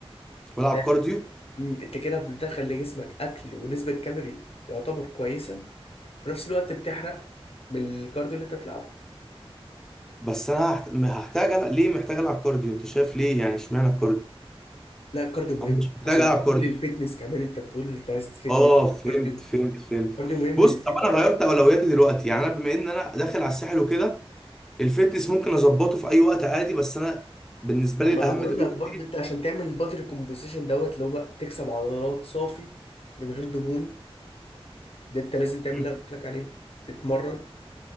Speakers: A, in the centre; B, on the left.
A: والعب
B: فاهم؟
A: كارديو
B: امم انت كده بتدخل لجسمك اكل ونسبة كالوري يعتبر كويسة في نفس الوقت بتحرق بالكارديو اللي انت بتلعبه
A: بس انا هحت- هحتاج ألعب. ليه محتاج العب كارديو انت شايف ليه يعني اشمعنى الكارديو
B: لا الكارديو مهم
A: انا مش محتاج
B: عشان
A: العب
B: تقول
A: كارديو
B: للفتنس كمان انت بتقول انت عايز فتنس
A: اه فهمت
B: كارديو
A: فهمت فهمت
B: كارديو مهم
A: بص
B: للفتنس
A: طب انا غيرت اولوياتي دلوقتي يعني انا بما ان انا داخل على الساحل وكده الفتنس ممكن اظبطه في اي وقت عادي بس انا بالنسبه
B: طب
A: لي
B: ما
A: الاهم
B: انا بقول
A: دلوقتي
B: لك برضه انت عشان تعمل الباتري كومبوزيشن دوت اللي هو تكسب عضلات صافي من غير دهون ده انت لازم تعمل
A: مم.
B: اللي انا قلت لك عليه تتمرن